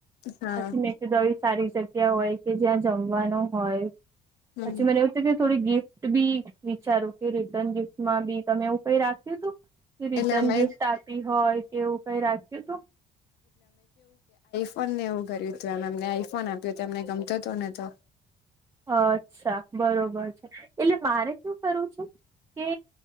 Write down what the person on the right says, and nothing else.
પછી મે દશ. સારી જગ્યા હોય કે જ્યાં જમવાનું હોય
પછી મને એવું થ કે. થોડી ગિફ્ટ બી વિચારો કે રિટર્ન ગિફ્ટમાં બી તમે એવું કઈ રાખ્યું હતું. કે રિટર્ન
ગિફ્ટ આપી હોય કે એવું કઈ રાખએ તોું.
અચ્છા બરોબર છે એટલે મારે શું કરવું છે કે.